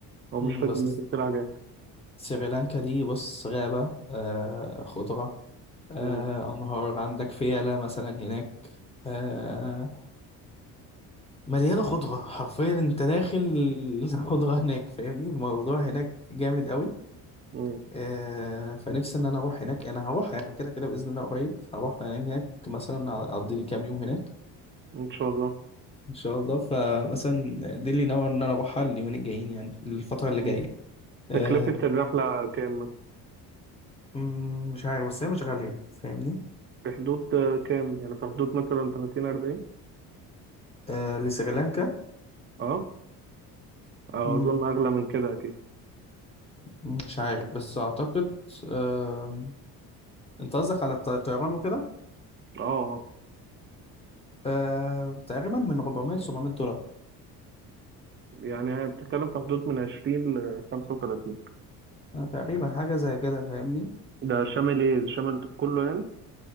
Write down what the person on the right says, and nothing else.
او مش
فاكر
اني شفت لها حاجات
مم.
مم.
ان شاء الله
مم.
تكلفة
الرحلة كام مثلا؟
في حدود آه، كام يعني في حدود مثلا 30 40
اه أه،
أظن أغلى من كده أكيد
أه أه.
يعني هي بتتكلم في حدود من 20 ل 35
ده شامل إيه؟ ده شامل كله يعني؟